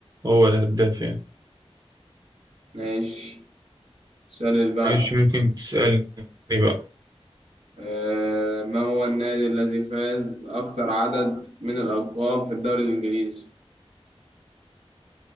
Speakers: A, on the right; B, on the right.
A: هو الهداف يعني
B: ماشي السؤال اللي بعده
A: ماشي ممكن تسألني بقى
B: آه ما هو النادي الذي فاز بأكتر عدد من الألقاب في الدوري الإنجليزي؟